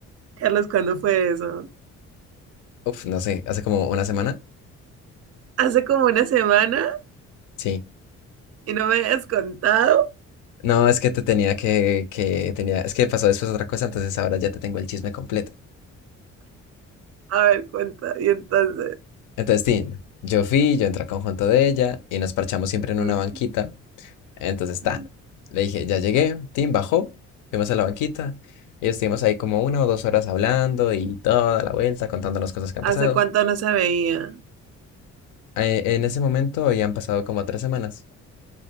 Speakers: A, on the right; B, on the left.
A: Carlos, ¿cuándo fue eso?
B: Uf, no sé, hace como una semana,
A: Hace como una semana
B: sí.
A: y no me has contado.
B: No, es que te tenía que, que tenía, es que pasó después otra cosa, entonces ahora ya te tengo el chisme completo.
A: A ver, cuenta. Y entonces,
B: Entonces, Tin, yo fui, yo entré al conjunto de ella y nos parchamos siempre en
A: mm,
B: una banquita. Entonces, tan,
A: mm.
B: le dije, ya llegué, Tin bajó, fuimos a la banquita y estuvimos ahí como una o dos horas hablando y toda la vuelta contándonos cosas que han
A: ¿hace
B: pasado.
A: cuánto no se veía?
B: Eh, en ese momento ya han pasado como tres semanas.